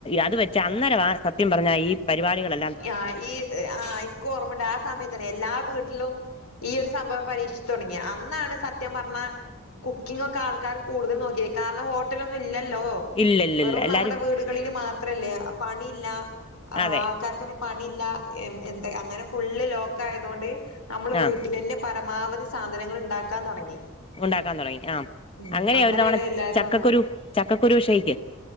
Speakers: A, on the left (about 25°); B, on the left (about 85°).
A: അത് വെച്ച് അന്നേരം ആഹ് സത്യം പറഞ്ഞാ ഈ പരിപാടികള്
B: ആഹ് ഈ ആഹ് എനിക്ക് ഓർമ്മയുണ്ട്. ആഹ് സമയത്താണ്. എല്ലാ വീട്ടിലും ഈ ഒരു സംഭവം പരീക്ഷിച്ചു തുടങ്ങി. അന്നാണ് സത്യം പറഞ്ഞ കുക്കിംഗ് ഒക്കെ ആൾക്കാർ കൂടുതൽ നോക്കിയേ. കാരണം ഹോട്ടലൊന്നും ഇല്ലല്ലോ.
A: ഇല്ലില്ലില്ല
B: വെറും
A: എല്ലാരും
B: നമ്മുടെ വീടുകളില് മാത്രല്ലേ. പണിയില്ല
A: അതെ
B: ആൾ ക്കാർക്കൊന്നും പണിയില്ല എ എന്ത് അങ്ങനെ ഫുള്ള് ലോക്ക് ആയതുകൊണ്ട് നമ്മള്
A: ആഹ്
B: വീട്ടിലന്നെ പരമാവധി സാധനങ്ങള് ഉണ്ടാക്കാൻ തുടങ്ങി.
A: ഉണ്ടാക്കാൻ തുടങ്ങി ആഹ്
B: ഉം
A: അങ്ങനെയാ
B: അങ്ങനെയാണ്
A: ഒരു തവണ
B: എല്ലായിതും
A: ചക്കക്കുരു ചക്കക്കുരു ഷേയ്ക്ക്